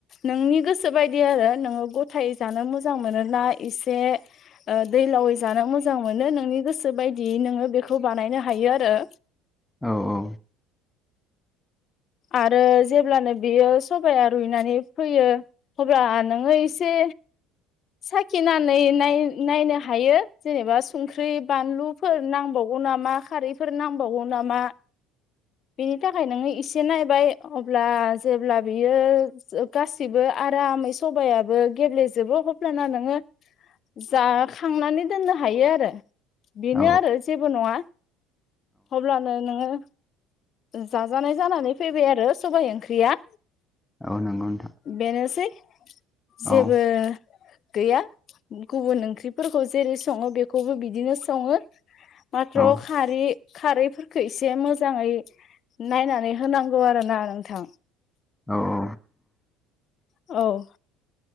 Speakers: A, on the left; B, in the centre.
A: नोंनि गोसो बायदि आरो नोङो गथ थायै जानो मोजां मोनोना एसे दैलावै जानो मोजां मोनो नोंनि गोसो बायदियै नोङो बेखौ बानायनो हायो आरो।
B: औ औ।
A: आरो जेब्लानो बियो सबाया रुइनानै फैयो। अब्ला नोङो एसे साखिनानै नाय नायनो हायो जेनेबा संख्रि, बानलु फोर नांबावगौ नामा खारैफोर नांबावगौ नामा।
B: <inaudible>
A: बेनि थाखाय नोङो इसे नायबाय अब्ला जेब्ला बियो गासिबो आरामै सबायाबो गेब्लेजोबो अब्लाना नोङो जाखांनानै दोननो हायो आरो। बेनो
B: औ
A: आरो जेबो नङा। अब्लानो नोङो जाजानाय जानानै फैबाय आरो सबाइ ओंख्रिया।
B: औ नंगौ नोंथां।
A: बेनोसै जेबो
B: औ
A: गैया गुबुन ओंख्रिफोरखौ जेरै सङो बेखौबो बिदिनो सङो। <unintelligible>
B: औ
A: रि खारैफोरखौ एसे मोजाङै नायनानै होनांगौ आरो ना नोंथां।
B: औ औ।
A: औ।